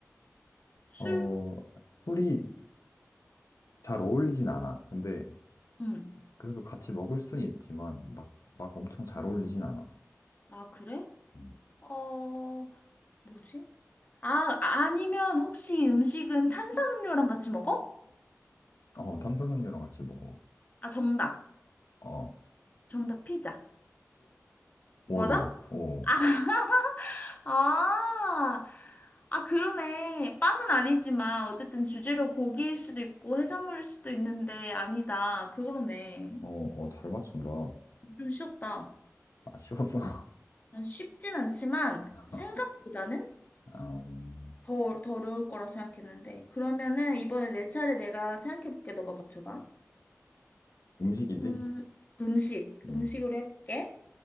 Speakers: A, on the left (about 30°); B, on the left (about 90°).
A: 술?
B: 어, 술이 잘 어울리진 않아. 근데
A: 응.
B: 그래도 같이 먹을 순 있지만 막, 막 엄청 잘 어울리진 않아.
A: 아, 그래?
B: 음.
A: 어, 뭐지? 아, 아, 아니면 혹시 이 음식은 탄산음료랑 같이 먹어?
B: 어, 탄산음료랑 같이 먹어.
A: 아, 정답.
B: 아, 어,
A: 정답 피자.
B: 오,
A: 맞아?
B: 맞아. 어,
A: 아, 아, 아, 그러네. 빵은 아니지만, 어쨌든 주재료 고기일 수도 있고, 해산물일 수도 있는데, 아니다. 그거네.
B: 어, 어, 잘 맞춘다.
A: 좀 쉬웠다.
B: 아쉬웠어.
A: 어, 쉽진 않지만,
B: <laughs>
A: 생각보다는
B: 아, 음,
A: 더, 더 어려울 거라 생각했는데. 그러면은, 이번에 내 차례 내가 생각해볼게. 너가 맞춰봐.
B: 음식이지?
A: 음, 음식. 음식으로
B: 음,
A: 해볼게.